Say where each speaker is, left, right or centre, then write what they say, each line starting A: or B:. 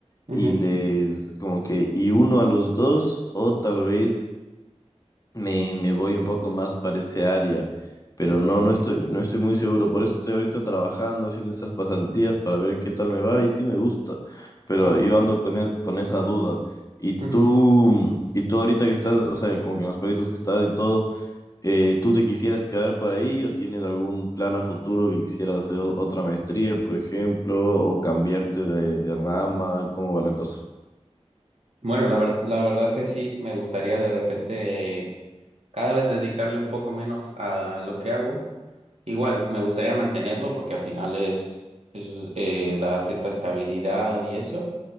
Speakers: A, on the right; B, on the left.
A: ujú,
B: y les como que y uno a los dos o tal vez me, me voy un poco más para ese área, pero
A: ok,
B: no, no estoy, no estoy muy seguro, por eso estoy ahorita trabajando, haciendo estas pasantías para ver qué tal me va y sí me gusta, pero
A: claro.
B: yo ando con, e- con esa duda. Y
A: ujú.
B: tú, y tú ahorita que estás, o sea, como que en los proyectos que estás y todo, eh, ¿tú te quisieras quedar por ahí o tienes algún plan a futuro que quisieras hacer o- otra maestría, por ejemplo, o cambiarte de, de rama? ¿Cómo va la cosa?
A: Bueno, la ver- la verdad que sí, me gustaría de repente eh, cada vez dedicarle un poco menos a lo que hago. Igual, me gustaría mantenerlo porque al final es, eso es, eh, da cierta estabilidad y eso,